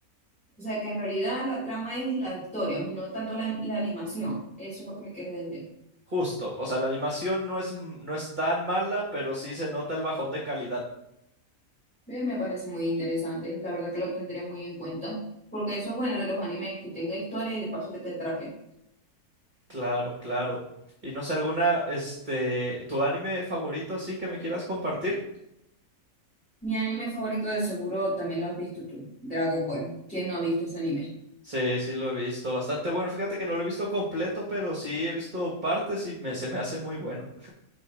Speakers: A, in the centre; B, on the right (about 35°).
A: O sea que en realidad la trama es la historia, más no tanto la, la animación. Eso es lo que me quieres decir.
B: Justo, o sea, la animación no es, m- no es tan mala, pero sí se nota el bajón de calidad.
A: Ve, me parece muy interesante. La verdad que lo tendré muy en cuenta. Porque eso es bueno de los animes, que tenga historia y de paso que te atrape.
B: Claro, claro. Y no sé, alguna, este, tu anime favorito así que me quieras compartir?
A: Mi anime favorito de seguro también lo has visto tú, Dragon Ball. ¿Quién no ha visto ese anime?
B: Sí, sí lo he visto, bastante bueno. Fíjate que no lo he visto completo, pero sí he visto partes y me, se me hace muy bueno.